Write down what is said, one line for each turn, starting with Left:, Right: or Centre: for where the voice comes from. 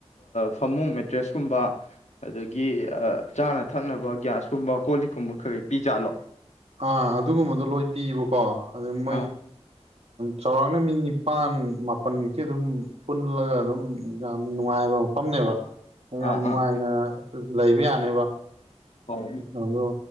Left: ꯐꯃꯨꯡ ꯃꯦꯇ꯭ꯔꯦꯁꯀꯨꯝꯕ ꯑꯗꯒꯤ ꯆꯥꯅ ꯊꯛꯅꯕ ꯒ꯭ꯌꯥꯁ ꯀꯨꯝꯕ ꯀꯣꯂꯤꯛ ꯀꯨꯝꯕ ꯈꯩꯩ ꯄꯤꯖꯥꯠꯂꯣ
Right: ꯑꯥ ꯑꯗꯨꯒꯨꯝꯕꯗꯣ ꯂꯣꯏ ꯄꯤꯕꯀꯣ ꯑꯗꯨꯃ
Left: ꯑꯥ
Right: ꯆꯥꯎꯧꯔꯥꯛꯅ ꯃꯤ ꯅꯤꯄꯥꯟ ꯃꯥꯄꯜꯃꯨꯛꯇꯤ ꯑꯗꯨꯝ ꯄꯨꯜꯂꯒ ꯑꯗꯨꯝ ꯌꯥꯝ ꯅꯨꯡꯉꯥꯏꯕ ꯃꯐꯝꯅꯦꯕ ꯌꯥꯝ
Left: ꯑꯥ
Right: ꯅꯨꯡꯉꯥꯏꯅ
Left: ꯑꯥ
Right: ꯂꯩꯕ ꯌꯥꯅꯦꯕ
Left: ꯑꯣ
Right: ꯑꯣ